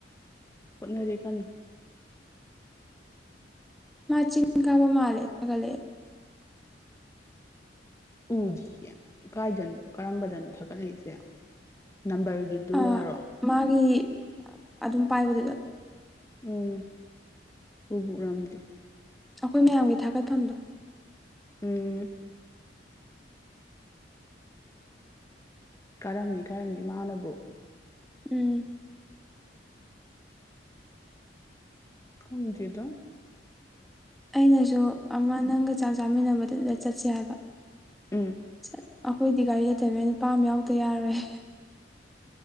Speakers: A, on the left; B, in the centre.
A: ꯍꯣꯠꯅꯔꯤ ꯀꯥꯟꯅ
B: ꯃꯥ ꯆꯤꯡ ꯀꯥꯕ ꯃꯥꯜꯂꯦ ꯊꯥꯒꯠꯂꯛꯑꯦ
A: ꯎꯗ꯭ꯤꯌꯦ ꯀꯥꯏꯗꯅꯣ ꯀꯔꯝꯕꯗꯅꯣ ꯊꯥꯒꯠꯂꯤꯁꯦ ꯅꯝꯕꯔꯒꯤ ꯗꯨꯔꯔꯣ
B: ꯑꯥ ꯃꯥꯒꯤ ꯑꯗꯨꯝ ꯄꯥꯏꯕꯗꯨꯗ
A: ꯎꯝ ꯎꯕꯨꯎꯔꯝꯗꯦ
B: ꯑꯩꯈꯣꯏ ꯃꯌꯥꯝꯒꯤ ꯊꯥꯒꯠꯐꯝꯗꯣ
A: ꯎꯝ ꯀꯥꯔꯝꯅꯤ ꯀꯥꯔꯝꯅꯤ ꯃꯥꯅꯕꯨ
B: ꯎꯝ
A: ꯈꯪꯗꯦꯗꯥ
B: ꯑꯩꯅꯁꯨ ꯑꯃ ꯅꯪꯒ ꯆꯥꯛ ꯆꯥꯃꯤꯟꯅꯕꯗꯨꯗ ꯆꯠꯁꯦ ꯍꯥꯏꯕ
A: ꯎꯝ
B: ꯆꯠ ꯑꯩꯈꯣꯏꯗꯤ ꯒꯥꯔꯤ ꯂꯩꯇꯕꯅꯤꯅ ꯅꯨꯄꯥ ꯑꯃ ꯌꯥꯎꯗ ꯌꯥꯔꯣꯏꯌꯦ